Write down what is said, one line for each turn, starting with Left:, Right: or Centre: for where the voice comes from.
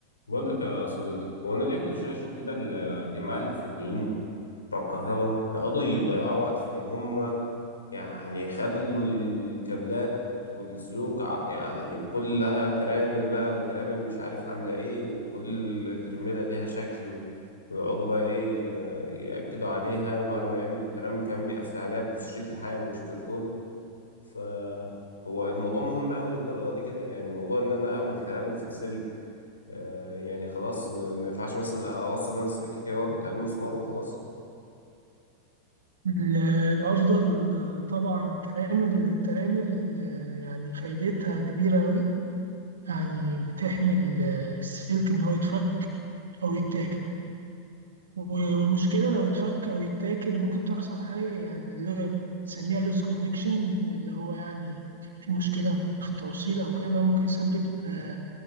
Left: بقول لك يا صديقي هو انا ليه كل شويه اشوف كده الجماعه الفنيين بتوع الكهرباء يقعدوا يضيعوا وقت في ان هم يعني يخلوا الكابلات والسلوك ع- يعني كلها ترامل بقى وترامل مش عارف عامله ايه وكل ترميله ليها شكل و- ويقعدوا بقى ايه ي- ياكدوا عليها وبعد ما يعمل الترامل كمان بيقفل عليها بشريط لحام مش كرتون فهو الموضوع مهم قوي للدرجه دي كده يعني موضوع ان انا اعمل ترامل في السلك آه يعني خلاص م- ما ينفعش مثلا اوصل انا سلك كده واربط عليه المسمار وخلاص
Right: ال- الأفضل آه، طبعا الترامل الترامل آه، يعني فايدتها كبيرة أوي يعني بتحمي ال- آه، السلك إن هو يتفك أو يتاكل و- والمشكلة لو اتفك أو يتاكل ممكن تحصل حاجة يعني اللي بنسميها لوس كونكشن اللي هو يعني في مشكلة في التوصيل أو كده ممكن يسبب آه،